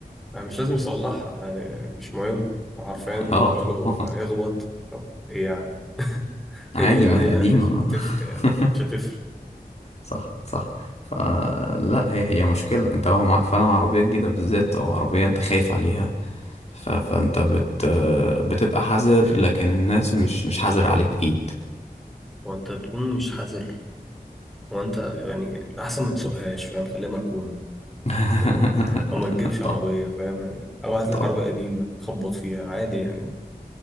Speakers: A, in the centre; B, on the left (about 45°).
A: يعني مش لازم يصلحها يعني مش مهم عارفين
B: <laughs>
A: بالنسبة
B: اه طبعا
A: له هيخبط طب ايه يعني <laughs>
B: عادي
A: ايه يعني
B: ما
A: ايه
B: هي
A: اللي
B: قديمه
A: هتف-
B: آه.
A: هتفرق يعني
B: <laughs>
A: مش هتفرق
B: صح صح فلا هي هي مشكله انت لو معاك فعلا عربيه جديده بالذات او عربيه انت خايف عليها ف... فانت بت... بتبقى حذر لكن الناس مش مش حذر عليك اكيد
A: وانت تكون مش حذر وانت يعني الأحسن ما تسوقهاش فاهم خليها مركونة
B: <laughs>
A: <laughs> او ما تجيبش عربيه
B: طبعا
A: فاهم يعني او هات لك
B: طبعا
A: عربيه قديمه خبط فيها عادي يعني